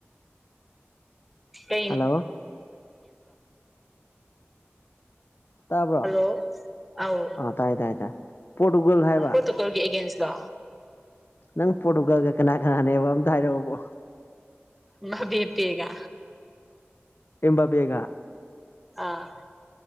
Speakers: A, in the centre; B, on the left (about 55°).
A: ꯀ
B: ꯍꯜꯂꯣ ꯇꯥꯕ꯭ꯔꯣ
A: ꯍꯜꯂꯣ ꯑꯥꯎ
B: ꯑꯥ ꯇꯥꯏ ꯇꯥꯏ ꯇꯥꯏ ꯄꯣꯔꯇꯨꯒꯜ ꯍꯥꯏꯕ
A: ꯅꯪ ꯀꯣꯠꯇ ꯀꯔꯒꯤ ꯑꯦꯒꯦꯟꯁ ꯂ
B: ꯅꯪ ꯄꯣꯠꯨꯒꯒ ꯀꯅꯥ ꯀꯅꯥꯅꯦꯕ ꯑꯝꯇ ꯍꯥꯏꯔꯛꯑꯣꯕꯣ
A: ꯃꯥ ꯇꯑꯒ
B: ꯏꯕ ꯦꯒ
A: ꯑꯥ